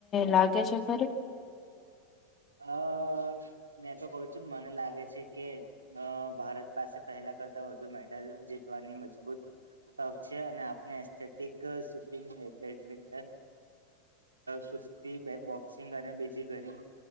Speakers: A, on the left; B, on the right.
A: લાગે છે ખરે
B: અ મેં તો કઉ છું ને મને લાગે છે કે અ ભારત પાસે પહેલા કરતા વધુ મેડલ જીતવાની મજબૂત ટોક છે અને આપને એસ્થેટિક સુપિંગ બેડમિન્ટન કુસ્તી બે બોક્સિંગ અને બીજી ઘણી